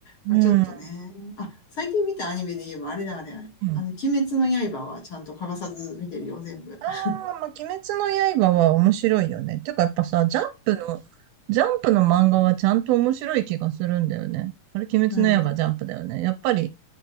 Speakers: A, on the left (about 40°); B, on the right (about 80°).
A: まあ、
B: うん。
A: ちょっとね、あ、最近見たアニメで言えばあれだあれあれあの、
B: うん。
A: 鬼滅の刃はちゃんと欠かさず見てるよ、全部。
B: あ
A: <laughs>
B: あ、まあ、鬼滅の刃は面白いよね。てかやっぱさ、ジャンプの、ジャンプの漫画はちゃんと面白い気がするんだよね。あれ、鬼滅の刃ジャンプだよね。
A: うん。
B: やっぱり、